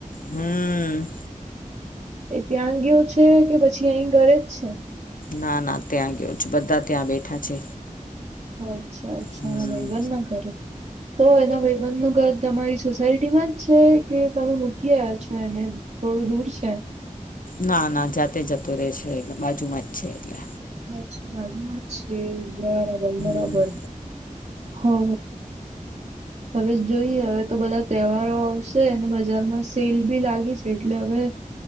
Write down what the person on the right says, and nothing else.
એ ત્યાં ગયો છે કે પછી અહી ઘરે જ છે?
અચ્છા અચ્છા
એના ભાઈ બંધ ના ઘરે તો એના ભાઈ બંધ નું ઘર તમારી સોસાયટીમાં જ છે કે તમે મૂકી આવ્યા છો? એને થોડું દૂર છે.
અચ્છા બાજુમાં જ છે બરાબર બરાબર
હો હવે જોઈએ હવે તો બધા તહેવારો આવશે અને બજારમાં સેલ બી લાગી છે એટલે હવે